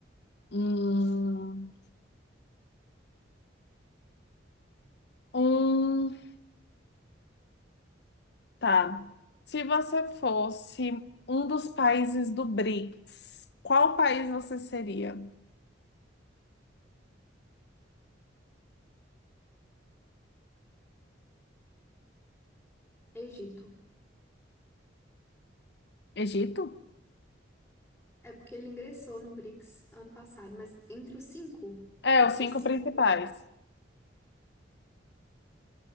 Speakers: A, on the left; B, in the centre.
A: hum, um Tá. Se você fosse um dos países do BRICS, qual país você seria?
B: Egito.
A: Egito?
B: É porque ele ingressou no BRICS ano passado, mas entre os cinco,
A: É, os cinco
B: os cinco,
A: principais.